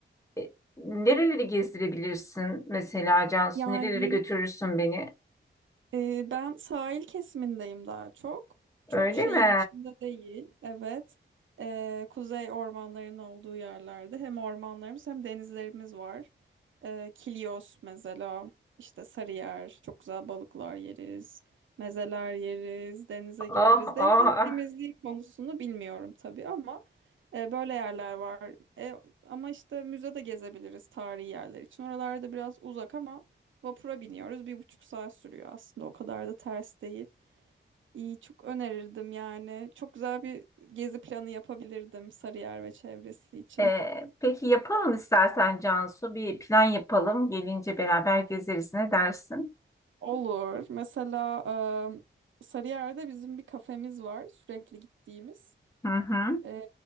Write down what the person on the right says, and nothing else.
Yani
e, ben sahil kesimindeyim daha çok.
Çok şehir
içinde değil. Evet. E, kuzey ormanlarının olduğu yerlerde hem ormanlarımız hem denizlerimiz var. E, Kilyos mesela işte Sarıyer çok güzel balıklar yeriz. Mezeler yeriz, denize
gireriz. Denizin
temizliği konusunu bilmiyorum tabii ama E, böyle yerler var. E, ama işte müze de gezebiliriz tarihi yerler için. Oralarda biraz uzak ama vapura biniyoruz. Bir buçuk saat sürüyor aslında. O kadar da ters değil. İyi, çok önerirdim yani. Çok güzel bir gezi planı yapabilirdim Sarıyer ve çevresi için.
Olur. Mesela e, Sarıyer'de bizim bir kafemiz var sürekli gittiğimiz.
E,